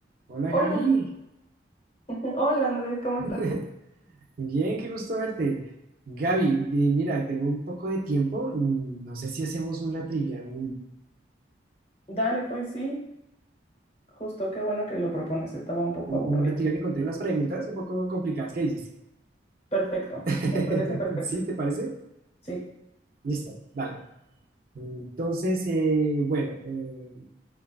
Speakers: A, on the right (about 50°); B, on the left (about 30°).
A: Hola
B: Hola,
A: Gaby,
B: <laughs> hola Andrés, ¿cómo estás?
A: <laughs> bien, qué gusto verte. Gaby, eh, mira, tengo un poco de tiempo, mm, no sé si hacemos una trivia, un-
B: Dale, pues sí, justo qué bueno que lo propones, estaba un poco
A: una
B: aburrido.
A: trivia que conté unas preguntas un poco complicadas, ¿qué dices?
B: Perfecto,
A: <laughs>
B: me parece perfecto.
A: ¿Sí, te parece?
B: Sí,
A: Listo, dale. Entonces, eh, bueno, eh,